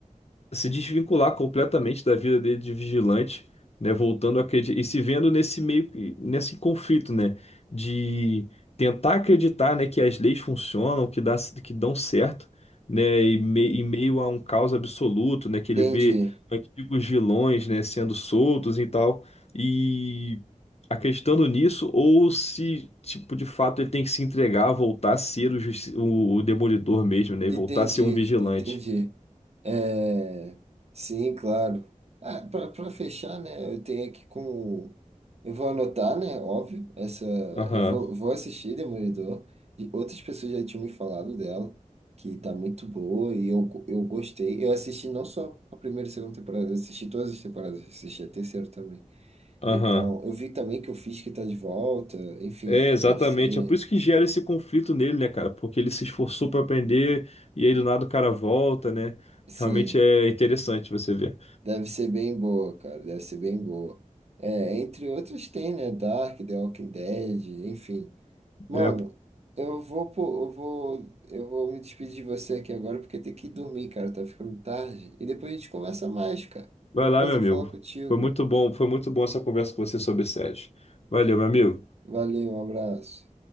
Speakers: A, on the left (about 50°); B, on the right (about 55°).
A: se desvincular completamente da vida dele de vigilante, né, voltando a acreditar e se vendo nesse meio nesse conflito, né, de tentar acreditar, né, que as leis funcionam, que dá, que dão certo, né, e, me- em meio a um caos absoluto, né, que ele
B: Entendi.
A: vê antigos vilões, né, sendo soltos e tal, e acreditando nisso ou se tipo de fato ele tem que se entregar, voltar a ser o, justi- o, o demolidor mesmo, né, e
B: Entendi,
A: voltar a ser um vigilante.
B: entendi. É, sim, claro. Ah, para fechar, né, eu tenho aqui com. Eu vou anotar, né, óbvio, essa. Eu
A: Aham.
B: vou, vou assistir Demolidor. E outras pessoas já tinham me falado dela, que tá muito boa, e eu, go- eu gostei. Eu assisti não só a primeira e segunda temporada, eu assisti todas as temporadas, eu assisti a terceira também.
A: Aham.
B: Então, eu vi também que o Fisk tá de volta, enfim,
A: É, exatamente.
B: deve ser.
A: É por isso que gera esse conflito nele, né, cara? Porque ele se esforçou pra aprender e aí do nada o cara volta, né?
B: Sim.
A: Realmente é interessante você ver.
B: Deve ser bem boa, cara. Deve ser bem boa. É, entre outros tem, né? Dark, The Walking Dead, enfim. Mano,
A: É,
B: eu vou, pô, eu vou, eu vou me despedir de você aqui agora porque tem que dormir, cara. Tá ficando tarde. E depois a gente conversa mais, cara.
A: vai
B: Foi um
A: lá,
B: prazer
A: meu amigo.
B: falar contigo.
A: Foi muito bom, foi muito bom essa conversa com você sobre séries. Valeu, meu amigo.
B: Valeu, um abraço.